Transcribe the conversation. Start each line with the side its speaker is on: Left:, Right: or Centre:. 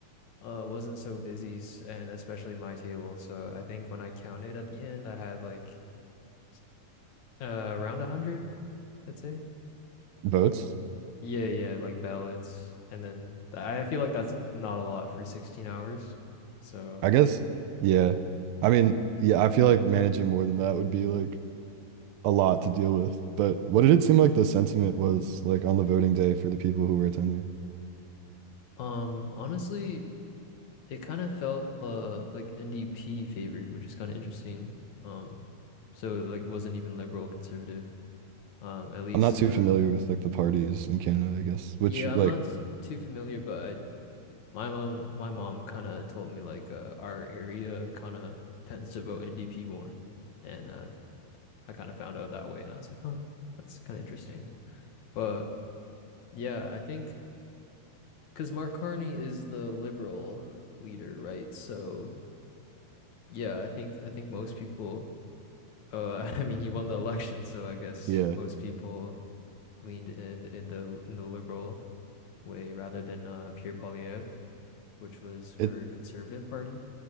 Left: uh wasn't so busy s- and especially my table. So I think when I counted at the end, I had like s- uh around 100, I'd say.
Right: Votes?
Left: Yeah, yeah, like ballots. And then th- I feel like that's not a lot for 16 hours. So,
Right: I guess, yeah. I mean, yeah, I feel like managing more than that would be like a lot to deal with. But what did it seem like the sentiment was like on the voting day for the people who were attending?
Left: um, honestly, it kind of felt uh like NDP favored, which is kind of interesting. Um, so like it wasn't even liberal conservative. Um, at least
Right: I'm not too
Left: uh
Right: familiar with like the parties in Canada, I guess, which
Left: yeah, I'm
Right: like,
Left: not s- too familiar, but I, my mom my mom kind of told me like uh, our area kind of tends to vote NDP more, and uh, I kind of found out that way, and I was like, huh, that's kind of interesting. But yeah, I think because Mark Carney is the liberal leader, right? So yeah, I think I think most people. Oh, <laughs> I mean, he won the election, so I guess
Right: yeah,
Left: most people leaned in in the in the liberal way rather than uh, Pierre Poilievre, which was for
Right: it
Left: Conservative Party.